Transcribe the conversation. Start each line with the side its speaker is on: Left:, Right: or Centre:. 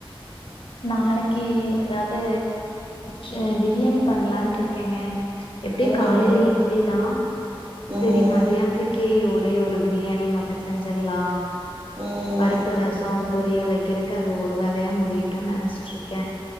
Left: நாளைக்கு ஏதாவது ஹ பிரியாணி பல்லாண்ருக்காங்க இருக்கேங்க எப்படியு
Right: ம்
Left: காலையில இட்லி தா
Right: ம்
Left: சோரி மத்யானத்துக்கே ஒரு ஒரேயொரு பிரியாணி மட்டும் செஞ்சிடலாம்
Right: ம்
Left: பருப்பு
Right: ம்
Left: ரசம் பொரியல் வைக்கிறதுக்கு அது ஒரு வேலையா முடிய டு நினைச்சிட்டு இருக்கே